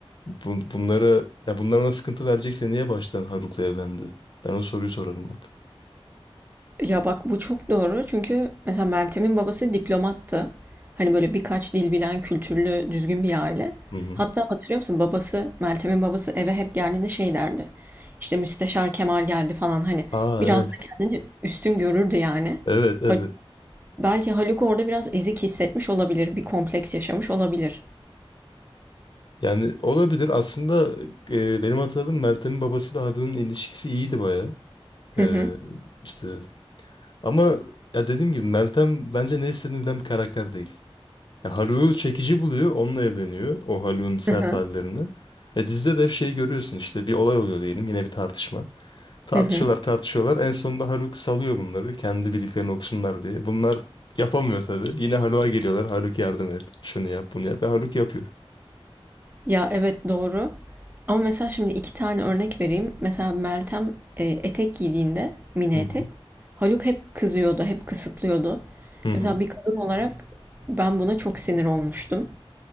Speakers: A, on the left; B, on the right.
A: bun- bunlara ya bunlara sıkıntı verecekse niye baştan Haruk'la evlendi? Ben o soruyu sorarım hep.
B: Ya bak bu çok doğru çünkü mesela Meltem'in babası diplomattı. Hani böyle birkaç dil bilen, kültürlü, düzgün bir aile.
A: Hı hı.
B: Hatta hatırlıyor musun babası, Meltem'in babası eve hep geldiğinde şey derdi. İşte Müsteşar Kemal geldi falan hani
A: Aa
B: biraz
A: evet.
B: da kendini üstün görürdü yani.
A: Evet evet.
B: Hal- belki Haluk orada biraz ezik hissetmiş olabilir, bir kompleks yaşamış olabilir.
A: Yani olabilir. Aslında e, benim hatırladığım Meltem'in babasıyla Haluk'un ilişkisi iyiydi bayağı.
B: Hı
A: E,
B: hı,
A: işte ama ya dediğim gibi Meltem bence ne istediğini bilen bir karakter değil. Ya Haluk'u çekici buluyor, onunla evleniyor. O Haluk'un sert
B: hı hı,
A: hallerini. Ve dizide de hep şey görüyorsun işte bir olay oluyor diyelim yine bir tartışma. Tartışıyorlar
B: hı hı.
A: tartışıyorlar. En sonunda Haluk salıyor bunları kendi bildiklerini okusunlar diye. Bunlar yapamıyor tabii. Yine Haluk'a geliyorlar. Haluk yardım et. Şunu yap bunu yap. Ve Haluk yapıyor.
B: Ya evet doğru. Ama mesela şimdi iki tane örnek vereyim. Mesela Meltem e, etek giydiğinde mini
A: Hı
B: etek
A: hı.
B: Haluk hep kızıyordu, hep kısıtlıyordu.
A: Hı hı.
B: Mesela bir kadın olarak ben buna çok sinir olmuştum.